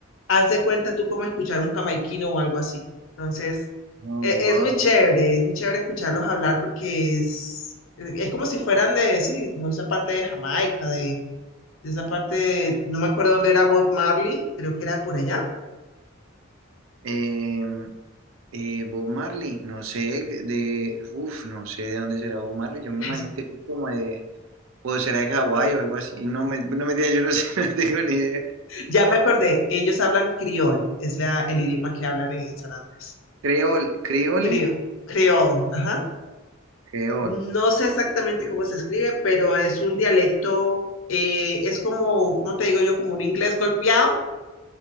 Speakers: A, on the left; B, on the right.
A: Haz de cuenta tú como escuchar un jamaiquino o algo así. Entonces,
B: oh,
A: e-
B: wow.
A: es, muy chévere, es muy chévere escucharlos hablar porque es, e, es como si fueran de, sí, como esa parte de Jamaica, de, de esa parte de- no me acuerdo dónde era Bob Marley, creo que era por allá.
B: Eh, eh, Bob Marley, no sé de, uf, no sé de dónde será Bob Marley, yo me
A: <laughs>
B: imagino que es como de, o será de Hawái o algo así, no me, no me digas, yo no sé, <laughs> no tengo ni idea.
A: Ya me acordé, ellos hablan criol, es la, el idioma que hablan en San Andrés.
B: Creol, creole,
A: Criol, criol, ajá.
B: creol.
A: No sé exactamente cómo se escribe, pero es un dialecto, eh, es como, ¿cómo te digo yo? Como un inglés golpeado,